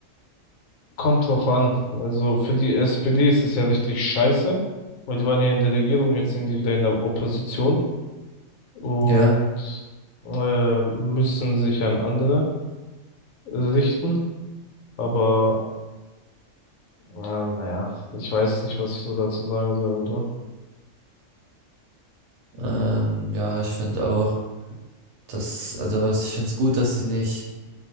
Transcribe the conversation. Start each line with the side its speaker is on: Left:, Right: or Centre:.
Left: Kommt drauf an. Also für die SPD ist es ja richtig scheiße, weil die waren ja in der Regierung, jetzt sind die wieder in der Opposition und
Right: Ja.
Left: äh, müssen sich an andere richten. Aber ja, naja, ich weiß nicht, was ich so dazu sagen soll und so.
Right: Ähm, ja, ich finde auch, dass, also ich finde es gut, dass sie nicht